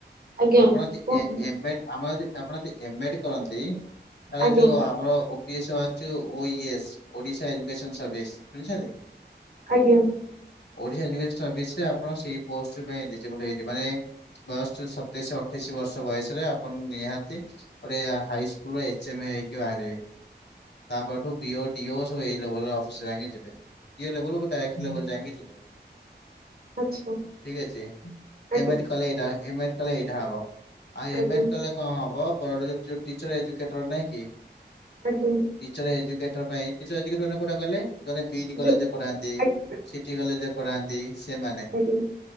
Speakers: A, on the right (about 55°); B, on the left (about 70°).
A: ଆଜ୍ଞା
B: ଆପଣ ଯଦି
A: କୁହନ୍ତୁ
B: ଏ ଏବେ ଆମର ଯଦି ଆପଣ ଯଦି ଏମ ଏଡ କରନ୍ତି ତାହେଲେ
A: ଆଜ୍ଞା
B: ଯୋଉ ଆମର ଇଏସ ବାହାରିଛି ଓ ଇ ଏସ ଓଡ଼ିଶା ଇନସ୍ପେସନ ସର୍ଭିସ ଶୁଣିଛନ୍ତି?
A: ଆଜ୍ଞା।
B: ଓଡିଶା ଏଜୁକେଶନ ସର୍ଭିସରେ ଆପଣ ସେଇ ପୋଷ୍ଟ ପାଇଁ ଏଲିଜିବୁଲ ହେଇକି ମାନେ ବୟସ ସତେଇଶ ଅଠେଇଶି ବର୍ଷ ବୟସରେ ଆପଣ ନିହାତି ଗୋଟେ ହାଇସ୍କୁଲ ଏଚ ଏମ୍ ଏ ହେଇକି ବାହାରିବେ। ତାପରଠୁ ବିଓ ଡିଓ ସବୁ ଏଇ ଲେବୁଲ୍ ଅଫିସର୍ ଯାଙ୍କେ ଯିବେ ଇଏ ଲେବଲକୁ ଟାଇଟ ଲେବଲ ଜାଙ୍କେ ଯିବେ।
A: ଆଚ୍ଛା
B: ଠିକ ଅଛି
A: ଆଜ୍ଞା
B: ଏମିତି କଲେ ଏଇଟା ଏମିତି କଲେ ଏଇଟା ହବ। ଆ ଏମେଏଟ୍
A: ଆଜ୍ଞା
B: କଲେ କଣ ହବ ଟିଚର୍ ଏଜୁକେଟର ନାଇଁ କି
A: ଆଜ୍ଞା।
B: ଟିଚର୍ସ ଏଜୁକେଟର ପାଇଁ ଟିଚର୍ସ ଏଜୁକେଟର ମାନେ କାଉଟା କହିଲେ ଯୋଉମାନେ ବିଇଡି
A: ଯୋଉ
B: କଲେଜରେ ପଢାନ୍ତି।
A: ଆଜ୍ଞା
B: ସିଟି କଲେଜରେ ପଢାନ୍ତି ସେମାନେ
A: ହ୍ୟାଲୋ।